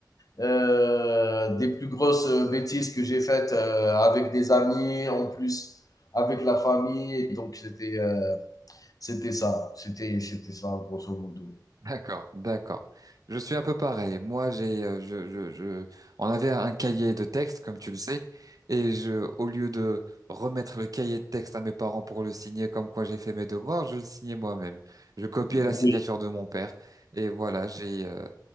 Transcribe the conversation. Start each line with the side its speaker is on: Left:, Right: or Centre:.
Left: euh, des plus grosses euh, bêtises que j'ai faites euh, avec des amis, en plus avec la famille. Donc c'était euh, c'était ça, c'était c'était ça, grosso modo.
Right: D'accord, d'accord. Je suis un peu pareil. Moi, j'ai, euh, je, je, je, on avait un cahier de texte, comme tu le sais, et je, au lieu de remettre le cahier de texte à mes parents pour le signer comme quoi j'ai fait mes devoirs, je le signais moi-même. Je copiais la
Left: Oui,
Right: signature de mon père, et voilà, j'ai, euh,